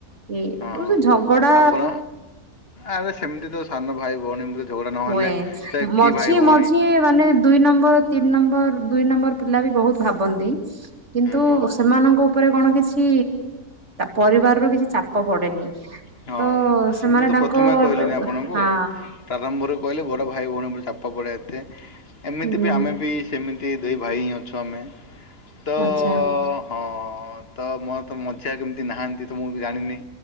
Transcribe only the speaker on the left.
ହଁ
ହଁ
ଆପଣ ଆରେ ସେମିତି ତ ସାନ ଭାଇ ଭଉଣୀ ଝଗଡ଼ା ନହେଲେ
ସେ କି
ଭାଇ ଭଉଣୀ।
ହୁଁ
ହଁ
ସେ ମୁଁ ତ
ପ୍ରଥମେ କହିଲିନି ଆପଣଙ୍କୁ
ପ୍ରାରମ୍ଭରୁ କହିଲି ବଡ଼ ଭାଇ ଭଉଣୀ ଚାପ ପଡ଼େ। ଏମିତି
ବି ଆମେ ବି ସେମିତି ଦୁଇ ଭାଇ ହିଁ ଅଛୁ ଆମେ। ତ
ହଁ ତ ମୋତେ ମଝିଆ କେ ନାହାନ୍ତି ତ ମୁଁ ଜାଣିନି